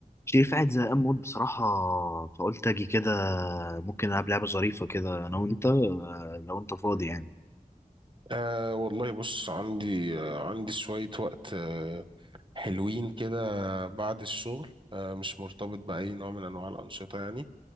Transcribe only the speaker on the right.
أه والله بص عندي آه، عندي شوية وقت أه حلوين كده بعد الشغل أه مش مرتبط بأي نوع من أنواع الأنشطة يعني